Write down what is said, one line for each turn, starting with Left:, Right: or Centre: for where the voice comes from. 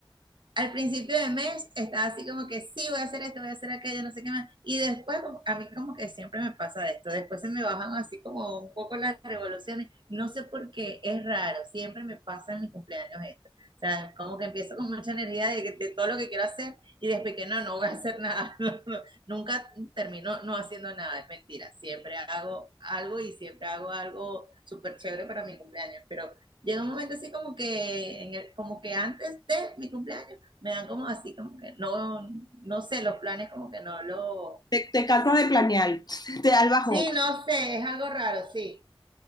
Right: al principio de mes estaba así como que sí, voy a hacer esto, voy a hacer aquello, no sé qué más. Y después, como- a mí como que siempre me pasa esto, después se me bajan así como un poco las revoluciones. No sé por qué, es raro, siempre me pasa en mis cumpleaños esto. O sea, como que empiezo con mucha energía de, de todo lo que quiero hacer y después que no, no voy a hacer nada. <laughs> No, no, nunca termino no haciendo nada, es mentira. Siempre hago algo y siempre hago algo súper chévere para mi cumpleaños, pero... Llega un momento así como que, en el- como que antes de mi cumpleaños me dan como así, como que no, no sé, los planes como que no lo...
Left: Te, te cansas de planear, <laughs> te da el bajón.
Right: Sí, no sé, es algo raro, sí.